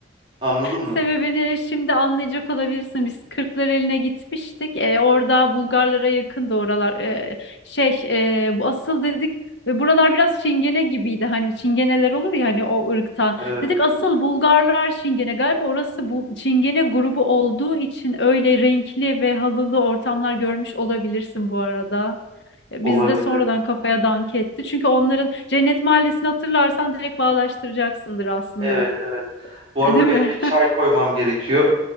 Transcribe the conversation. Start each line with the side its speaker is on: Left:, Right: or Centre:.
Right: Anladın mı?
Left: Sebebini şimdi anlayacak olabilirsin. Biz Kırklareli'ne gitmiştik. E, orada Bulgarlara yakın da oralar. E, şey e, bu asıl dedik ve buralar biraz Çingene gibiydi. Hani Çingeneler olur ya hani o ırktan.
Right: Evet
Left: Dedik asıl Bulgarlar Çingene. Galiba orası bu Çingene grubu olduğu için öyle renkli ve halılı ortamlar görmüş olabilirsin bu arada. E,
Right: olabilir.
Left: Biz de sonradan kafaya dank etti. Çünkü onların Cennet Mahallesi'ni hatırlarsan direkt bağdaştıracaksındır aslında.
Right: Evet evet. Bu
Left: E,
Right: arada
Left: Değil mi?
Right: benim bir çay koymam gerekiyor.